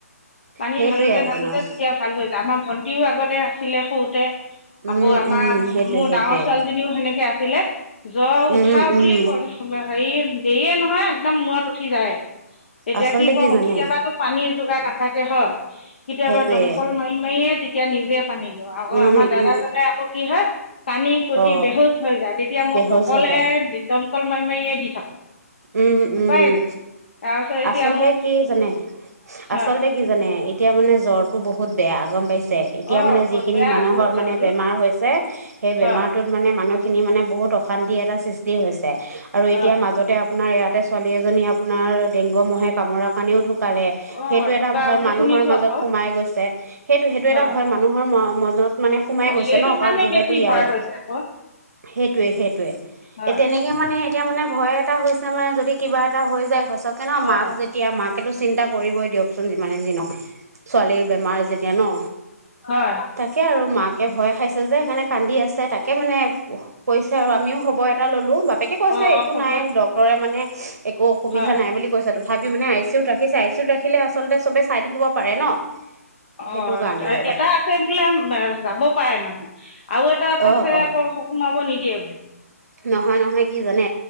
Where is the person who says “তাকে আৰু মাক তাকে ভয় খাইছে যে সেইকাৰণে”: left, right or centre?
Right